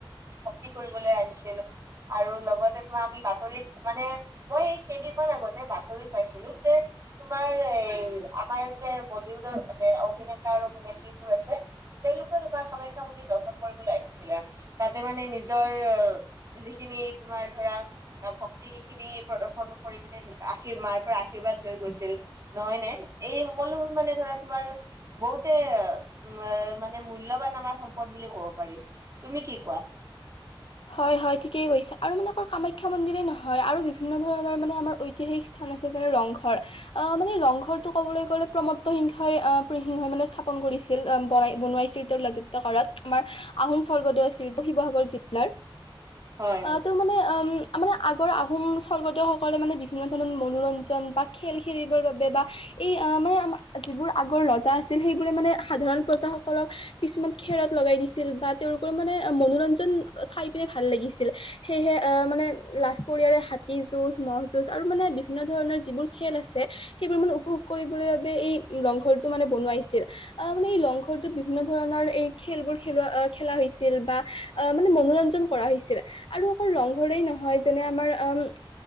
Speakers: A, on the right; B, on the left.
A: ভক্তি কৰিবলে আহিছিল আৰু লগতে তোমাৰ আমি বাতৰিত মানে মই কেইদিন। কিমান আগতে বাতৰিত পাইছিলো যে তোমাৰ এই আমাৰ যে বলীউডৰ অভিনেতা আৰু অভিনেত্ৰীবোৰ আছে। তেওঁলোকেও তোমাৰ কামাখা মন্দিৰ দৰ্শ পন কৰিবলে আহিছিলে তাতে মানে নিজৰ যিখিনি তোমাৰ ধৰা শক্তি খিনি প্ৰদৰ্শন কৰি পিনে আশীৰ মাৰ পৰা আশীৰ্বাদ লৈ গৈছিল নহয় নে? এই সকলোবোৰ মানে ধৰা তোমাৰ বহুত তে এ মানে মূল্যবান আমাৰ সম্পদ বুলি কব পাৰি তুমি কি কোৱা <unintelligible>
B: হয় হয় ঠিকেই কৈছা আৰু মানে অক কামাখ্যা মন্দিৰে নহয় আৰু বিভিন্ন ধৰণৰ মানে আমাৰ ঐতিহাসিক স্থান যে ৰংঘৰ আহ মানে ৰংঘৰটো ক'বলৈ গ'লে প্ৰমতসিংহই আহ সিংহই মানে স্থাপন কৰি ছিল বনাই বনোৱাইছিল তেওঁৰ ৰাজত্ব কালত আমাৰ আহোম স্বৰ্গদেউ আছিল ত শিৱসাগৰ। জিলাৰ
A: হয়
B: আ ত মানে আম আ মানে আগৰ আহোম স্বৰ্গদেউ সকলে মানে বিভিন্ন ধৰণৰ মনোৰঞ্জন বা খেল খেলিবৰ বাবে বা এই অ মানে আমাৰ যিবোৰ আগৰ ৰজা আছিল সেইবোৰে মানে সাধাৰণ প্ৰজাসকলক কিছুমান খেলত লগাই দিছিল বা তেওঁলোকৰ মানে মনোৰঞ্জন চাই পিনে ভাল লাগিছিল সেয়েহে মানে লাজ পৰিয়াৰে হাতী যুঁজ মহ' যুঁজ আৰু মানে বিভিন্ন ধৰণৰ যিবোৰ খেল আছে সেইবোৰ মানে উপভোগ কৰিবৰ বাবে এই ৰংঘৰটো মানে বনোৱাইছিল। অ মানে এই লংঘৰটো বিভিন্ন ধৰণৰ এই খেলবোৰ খেলোৱা খেলা হৈছিল বা অ ম মানে মনোৰঞ্জন কৰা হৈছিলে আৰু আকৌ ৰংঘৰেই নহয় যেনে আমাৰ আমাৰ